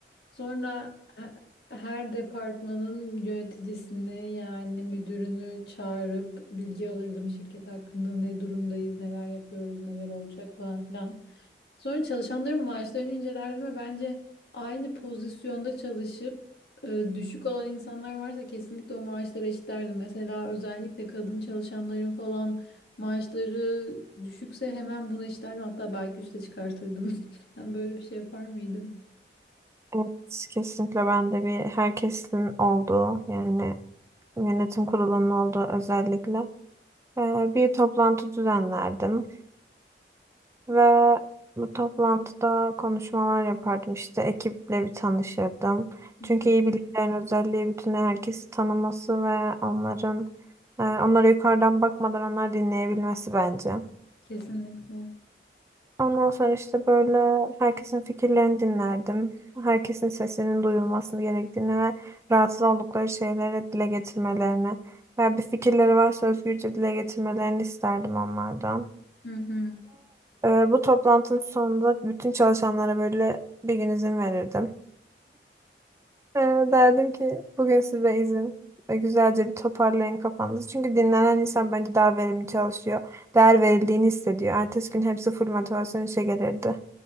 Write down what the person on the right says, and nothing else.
Evet, kesinlikle ben de bir herkesin olduğu yani yönetim kurulunun olduğu özellikle e, bir toplantı düzenlerdim. Ve bu toplantıda konuşmalar yapardım. İşte ekiple bir tanışırdım.
Çünkü
iyi bilgilerin özelliği bütün herkesi tanıması ve onların e, onlara yukarıdan bakmadan onları dinleyebilmesi bence.
Ondan sonra işte böyle herkesin fikirlerini dinlerdim. Herkesin sesinin duyulmasını gerektiğini ve rahatsız oldukları şeyleri dile getirmelerini veya bir fikirleri varsa özgürce dile getirmelerini isterdim onlardan.
Ee, bu toplantının sonunda bütün çalışanlara böyle bir gün izin verirdim. Ee, derdim ki bugün size izin ve güzelce bir toparlayın kafanızı. Çünkü dinlenen insan bence daha verimli çalışıyor. Değer verildiğini hissediyor. Ertesi gün hepsi full motivasyon işe gelirdi.